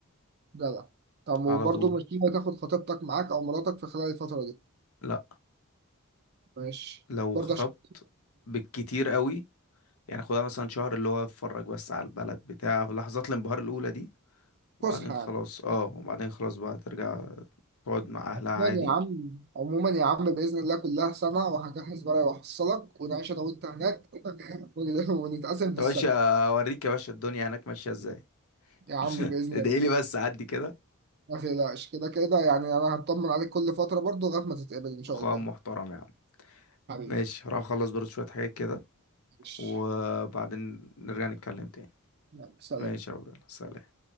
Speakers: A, on the right; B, on the left.
A: جدع طب وبرضه
B: على طول
A: مش ناوي تاخد خطيبتك معاك او مراتك في خلال الفتره دي
B: لا
A: ماشي
B: لو
A: برضه
B: خطبت
A: عشان
B: بالكتير قوي يعني خدها مثلا شهر اللي هو اتفرج بس على البلد بتاع في لحظات الانبهار الاولى دي وبعدين
A: فسحة
B: خلاص
A: يعني
B: اه وبعدين خلاص بقى ترجع تقعد مع اهلها
A: يعني
B: عادي
A: يا عم عموما يا عم بإذن الله كلها سنة وهجهز ورقة وأحصلك ونعيش أنا وأنت هناك <laughs> ون- ونتقاسم في
B: يا
A: السكن
B: باشا اوريك يا باشا الدنيا هناك ماشيه ازاي
A: يا عم
B: <laughs>
A: بإذن
B: ادعي
A: الله
B: لي بس عدي كده
A: ما تقلقش كده كده يعني أنا هطمن عليك كل فترة برضو لغاية ما تتقبل إن شاء
B: اخويا
A: الله
B: محترم يا عم
A: حبيبي
B: ماشي هروح اخلص برضه شويه حاجات كده
A: ماشي.
B: وبعدين نرجع نتكلم تاني
A: يلا سلام
B: ماشي يا عبد الله. سلام